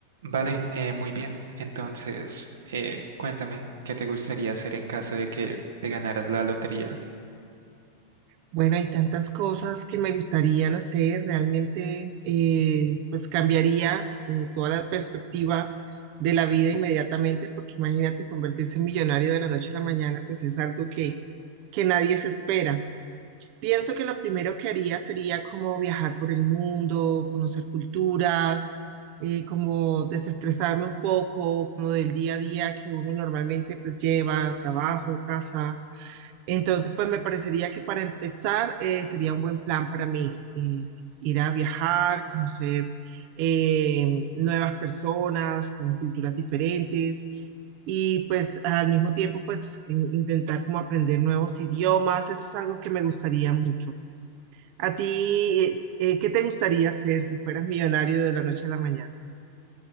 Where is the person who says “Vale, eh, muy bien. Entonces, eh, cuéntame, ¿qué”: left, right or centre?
Right